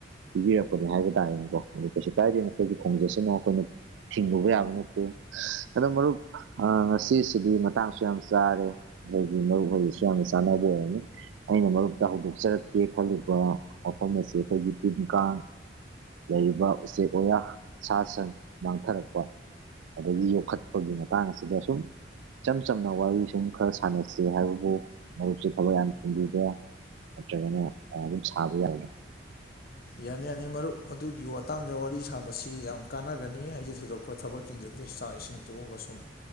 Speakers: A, on the right (about 75°); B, on the left (about 50°).
A: ꯄꯤꯕꯤꯔꯛꯄꯅꯦ ꯍꯥꯏꯕ ꯇꯥꯔꯦꯅꯦꯀꯣ ꯑꯥ ꯀꯩꯁꯨ ꯀꯥꯏꯗꯦ ꯑꯩꯈꯣꯏꯒꯤ ꯈꯣꯡꯖꯠꯁꯤꯅ ꯑꯩꯈꯣꯏꯅ ꯊꯤꯡꯉꯨꯕ ꯌꯥꯕ ꯅꯠꯇꯦ ꯑꯗꯣ ꯃꯔꯨꯞ ꯑꯥ ꯉꯁꯤ ꯁꯤꯁꯤꯗꯤ ꯃꯇꯥꯡꯁꯨ ꯌꯥꯝ ꯆꯥꯔꯦ ꯑꯩꯈꯣꯏꯒꯤ ꯃꯔꯨꯞ ꯍꯩꯖꯤꯁꯨ ꯌꯥꯝꯅ ꯆꯥꯟꯅꯕ ꯑꯣꯏꯔꯅꯤ ꯑꯩꯅ ꯃꯔꯨꯞꯇ ꯍꯧꯗꯣꯛꯆꯔꯛꯀꯦ ꯈꯜꯂꯤꯕ ꯋꯥꯐꯝ ꯑꯁꯤ ꯑꯈꯣꯏꯒꯤ ꯇꯤꯟ ꯀꯥꯡ ꯂꯩꯔꯤꯕ ꯎꯆꯦꯛ ꯋꯥꯌꯥ ꯁꯥ ꯁꯟ ꯃꯥꯡꯊꯔꯛꯄ ꯑꯗꯒꯤ ꯌꯣꯛꯈꯠꯄꯒꯤ ꯃꯇꯥꯡ ꯑꯁꯤꯗ ꯁꯨꯝ ꯏꯆꯝ ꯆꯝꯅ ꯋꯥꯔꯤ ꯁꯨꯝ ꯈꯔ ꯁꯥꯟꯅꯁꯤ ꯍꯥꯏꯕꯕꯨ ꯃꯔꯨꯞꯁꯦ ꯊꯕꯛ ꯌꯥꯝ ꯆꯤꯟꯕꯤꯕ꯭ꯔꯥ ꯅꯇ꯭ꯔꯒꯅ ꯑꯗꯨꯝ ꯁꯥꯕ ꯌꯥꯕ꯭ꯔ
B: ꯌꯥꯅꯤ ꯌꯥꯅꯤ ꯃꯔꯨꯞ ꯑꯗꯨꯒꯤ ꯋꯥꯇꯥꯡꯗ ꯋꯥꯔꯤ ꯁꯥꯕꯁꯤ ꯌꯥꯝ ꯀꯥꯟꯅꯒꯅꯤ ꯑꯩꯒꯤꯁꯨ ꯊꯣꯏꯗꯣꯛꯄ ꯊꯕꯛ ꯆꯤꯟꯖꯗꯦ ꯆꯥꯛ ꯏꯁꯤꯡ ꯇꯣꯛꯑꯒ ꯁꯨꯝ